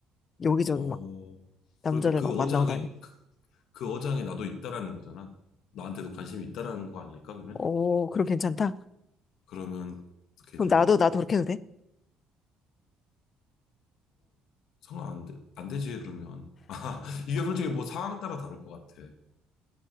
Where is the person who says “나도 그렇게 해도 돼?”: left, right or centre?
Left